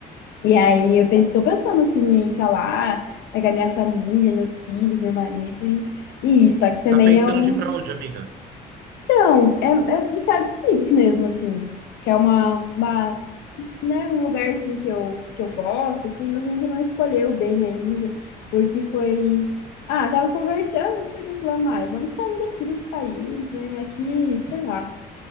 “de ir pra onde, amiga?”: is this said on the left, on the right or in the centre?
Right